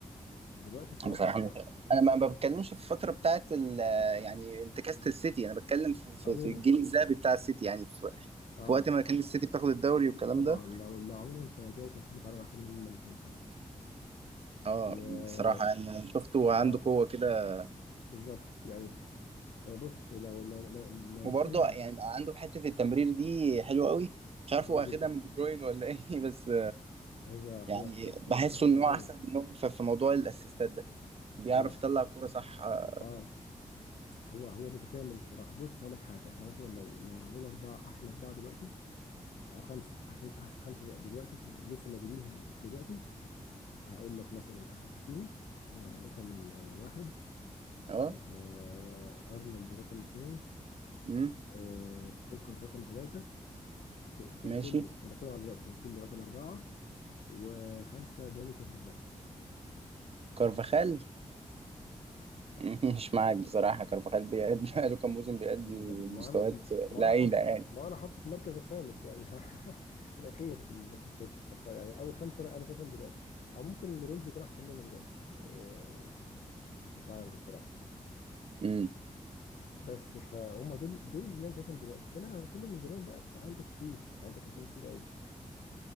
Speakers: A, on the left; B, on the right.
A: دلوقتي الصراحه
B: بصراحة أنا أنا ما بتكلمش في الفترة بتاعت ال- يعني انتكاسة السيتي أنا بتكلم في, في,
A: عموما
B: في الجيل الذهبي بتاع السيتي يعني في,
A: اه
B: في وقت ما كان السيتي بتاخد الدوري والكلام
A: لا طبعا
B: ده
A: لو لو عموما فجو كانسيلو فعلا احسن منهم هما الاثنين فعلا
B: اه
A: و
B: بصراحة يعني شفته عنده
A: اه
B: قوة كده
A: بالظبط يعني آه، بص لو لو لو لو
B: وبرضه
A: هنتكلم عن
B: يعني بقى عنده حتة التمرير دي حلوة قوي مش عارف
A: اه
B: هو اخدها
A: جدا
B: من دي بروين ولا ايه <laughs> بس
A: هو هو
B: يعني
A: هو هو
B: بحسه
A: الصراحه متشابه
B: ان هو احسن منهم في في موضوع الاسيستات ده بيعرف
A: هو
B: يطلع الكورة صح اه
A: اه هو هو متكامل الصراحه بص هقول لك حاجه احنا مثلا لو لو هنقول اربعه احسن اربعه دلوقتي او خمسه احسن احسن خمسه دلوقتي في لسه موجودين دلوقتي هقول لك مثلا اشرف حكيمي آه رقم آه واحد
B: آه.
A: آه ارنولد رقم اثنين
B: مم.
A: آه ووكر رقم ثلاثه كانسيلو
B: ماشي
A: انا بتكلم عن دلوقتي كانسيلو رقم اربعه وخمسه داني كارفاخال
B: كارفاخال <laughs> مش معاك بصراحة كارفاخال بيأدي <laughs> بقاله كام موسم بيأدي
A: ما ما
B: مستويات
A: انا ما
B: لعينة
A: انا حط
B: يعني
A: ما انا حاطه في المركز الخامس يعني <laughs> الاخير في, ال... في... في... في... في يعني اول خمسه انا انا شايفهم دلوقتي او ممكن لورينزو يكون احسن منه دلوقتي إيه، مش عارف الصراحه
B: مم.
A: بس فهم دول دول اللي انا شايفهم دلوقتي لما انا هنتكلم من زمان بقى فرق عندك كتير عندك اسامي كتير قوي